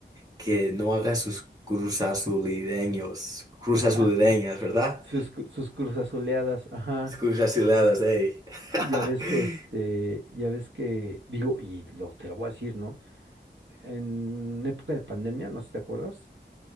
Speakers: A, on the right (about 20°); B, on the right (about 80°).
A: que no haga sus cruzazulideños, cruzazulideñas,
B: <laughs>
A: ¿verdad?
B: Sus, cru- sus Cruz Azuleadas, ajá.
A: Cruzazuliadas, ey. <laughs>
B: Ya ves que este, ya ves que, digo, y lo, te lo voy a decir, ¿no? En época de pandemia, no sé si te acuerdas,